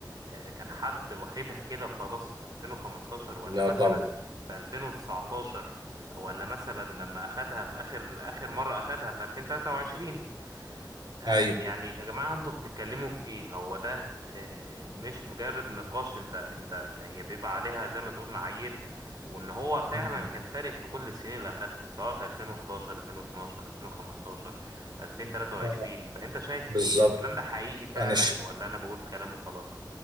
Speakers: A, on the right; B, on the right.
A: آه، كان حد واخدها كده وخلاص في 2015 ولا
B: لا
A: مثلا
B: طبعا
A: في 2019 ولا مثلا لما اخدها في اخر اخر مرة اخدها في 2023 انا
B: ايوه
A: يعني يا جماعة انتوا بتتكلموا في ايه هو ده آه، مش مجرد نقاش انت انت هي بيبقى عليها زي ما تقول معايير وان هو فعلا
B: مم.
A: كان فارق في كل السنين اللي اخدها سواء في 2011 2012 2015 2023
B: آه،
A: فانت شايف
B: بالظبط
A: ايه الكلام ده حقيقي فعلا
B: انا ش...
A: ولا انا بقول كلام وخلاص